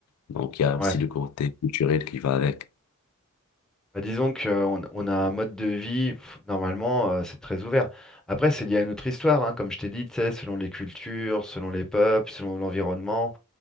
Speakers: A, on the left; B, in the centre.
A: Donc, il y a aussi
B: Ouais.
A: le côté culturel qui va avec
B: Bah, disons qu'on on a un mode de vie, pff, normalement, euh, c'est très ouvert. Après, c'est lié à notre histoire, hein, comme je t'ai dit, tu sais, selon les cultures, selon les peuples, selon l'environnement.